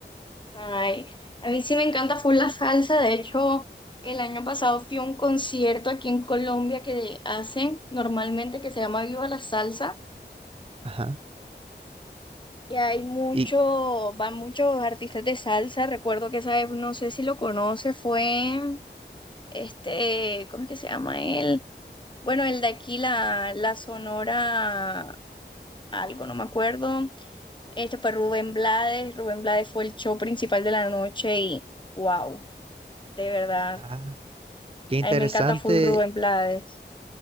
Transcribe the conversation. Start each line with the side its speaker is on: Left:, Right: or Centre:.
Left: Ay, a mí sí me encanta full la salsa. De hecho, el año pasado fui a un concierto aquí en Colombia que hacen normalmente que se llama Viva la Salsa.
Right: Ajá.
Left: Y hay mucho,
Right: Y,
Left: van muchos artistas de salsa. Recuerdo que esa vez, no sé si lo conoce, fue este, ¿cómo es que se llama él? Bueno, el de aquí, la, la Sonora, algo, no me acuerdo. Este fue Rubén Blades. Rubén Blades fue el show principal de la noche y wow, de verdad.
Right: ah, qué
Left: A
Right: interesante.
Left: mí me encanta full Rubén Blades.